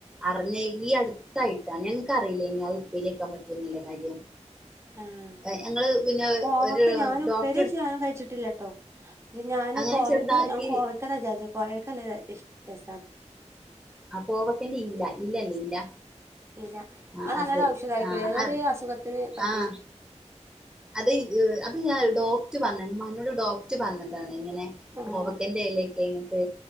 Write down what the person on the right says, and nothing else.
ആഹ്.
കോവക്ക
ഞാന്,
ഉപ്പേരി വെച്ച് ഞാനും കഴിച്ചിട്ടില്ലട്ടോ. ഞാന്
കോവക്ക,
ഞാൻ കോവക്കാന്നാ വിചാരിച്ചെ. കോവക്കല്ല രസാ.
ഇല.
അത് നല്ലൊരു ഔഷധായിരിക്കൂല്ലേ?
ഏതോ
ഒരു അസുഖത്തിന് പറ്റ്
ആഹ്